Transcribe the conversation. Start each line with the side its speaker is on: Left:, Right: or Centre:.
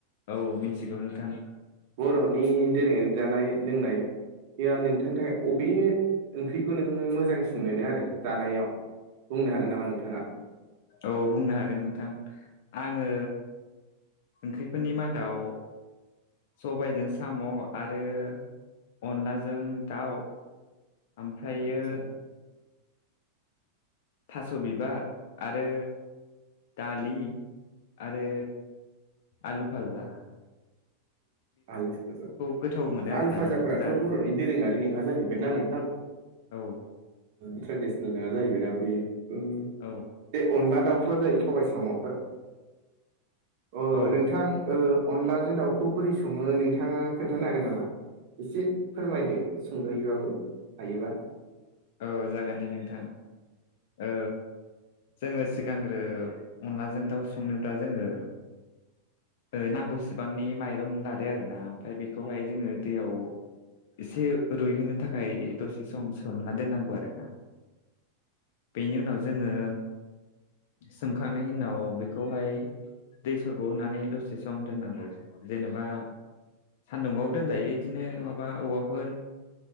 Left: औ मिथिगौ नोंथां
Right: बर'नि दोरोङारि जानाय लोंनाय ओंख्रिया नोंथांनि थाखाय अबे ओंख्रिखौ नोङो मोजांसिन मोनो आरो जानायाव बुंनो हागोन नामा नोंथाङा
Left: औ बुंनो हागोन नोंथां आङो ओंख्रिफोरनि मादाव सबायजों साम' आरो अनलाजों दाउ ओमफ्रायो
Right: आतसा
Left: थास' बिबार आरो दालि आरो आलु फाजा
Right: <inaudible> आलु फाजा
Left: गोथाव मोनो आरोना
Right: आलु फाजाफोराथ'
Left: नोंथां जानो
Right: बर'नि दोरोङारि नोङा जाहैबाय ना नोंथां
Left: औ
Right: ट्रेडिसनेल नोङा जाहैबाय ना बेयो
Left: औ
Right: बे अनला दाउफ्रा जायो <unintelligible> साम'खौ अ
Left: औ
Right: नोंथां अनलाजों दाउखौ बोरै स ङो नोंथाङा खोन्थानो हागोन नामा एसे फोरमायदो सुंद'यैबाबो हायोबा
Left: औ जागोन दे नोंथां ओ जोङो सिगांग्रो अनलाजों दाउ संनोब्ला जोङो ओ नांगौसिबांनि माइरं लादो आरोना ओमफ्राय बेखौहाय जोङो दैयाव एसे रुइहोनो थाखाय दसे सम सोमना दोननांगौ आरो ना बेनि उनाव जोङो सोमखांनायनि उनाव बेखौहाय दै सरग' होनानै दसे सम दोननांगौ जेनेबा सान्दुंआवबो दोनजायो बिदिनो नङाबा बहाबाफोर